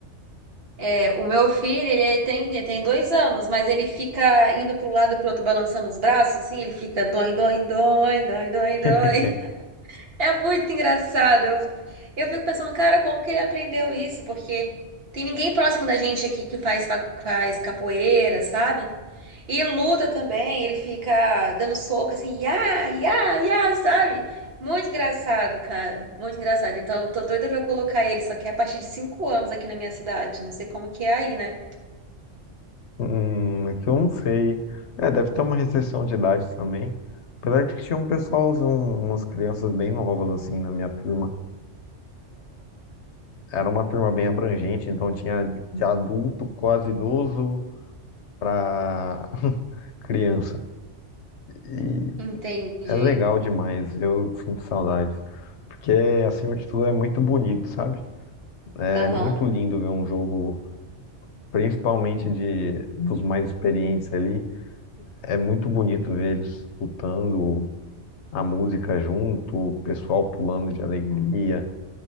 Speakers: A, on the right; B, on the left.
A: É, o meu filho, ele tem, ele tem dois anos, mas ele fica indo para um lado e pro outro, balançando os braços, assim, ele fica dói, dói, dói, dói, dói, dói.
B: <laughs>
A: <laughs> É muito engraçado. Eu, eu fico pensando, cara, como que ele aprendeu isso? Porque tem ninguém próximo da gente aqui que faz, fa- faz capoeira, sabe? E luta também, ele fica dando soco assim, ia, ia, ia, sabe? Muito engraçado, cara. Muito engraçado. Então, eu tô doida pra colocar ele, só que é a partir de cinco anos aqui na minha cidade. Não sei como que é aí, né?
B: Hum, é que eu não sei. É, deve ter uma restrição de idade também. Apesar de que tinha um pessoal, um- umas crianças bem novas, assim, na minha turma. Era uma turma bem abrangente, então tinha de adulto, quase idoso, pra <laughs> criança. E
A: Entendi.
B: é legal demais, eu sinto saudades. Porque, acima de tudo, é muito bonito, sabe? É
A: Aham.
B: muito lindo ver um jogo, principalmente de dos mais experientes ali. É muito bonito ver eles lutando, a música junto, o pessoal pulando de alegria,